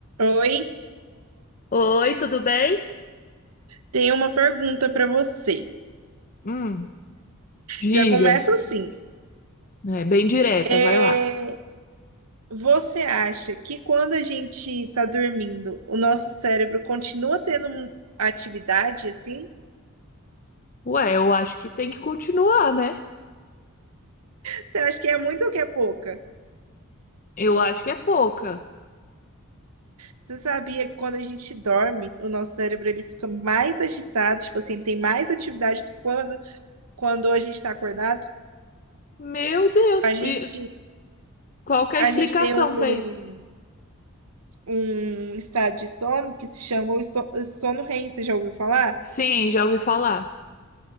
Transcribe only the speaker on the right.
Oi,
tenho uma pergunta para você.
Já começa assim.
É,
Você acha que quando a gente está dormindo, o nosso cérebro continua tendo um- atividade assim?
Você acha que é muito ou que é pouca?
Você sabia que quando a gente dorme, o nosso cérebro ele fica mais agitado, tipo assim, ele tem mais atividade do que quando, quando a gente está acordado?
A gente,
a
gente tem um,
um estado de sono que se chama o esto- sono REM, você já ouviu falar?